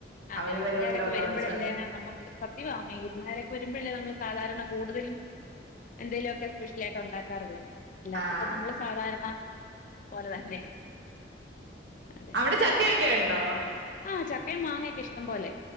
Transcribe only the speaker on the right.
അവര്
വരുമല്ലോന്ന്
ഓർത്തോണ്ട്.
ആഹ്
അവ്ടെ ചക്കയൊക്കെ ഇണ്ടോ?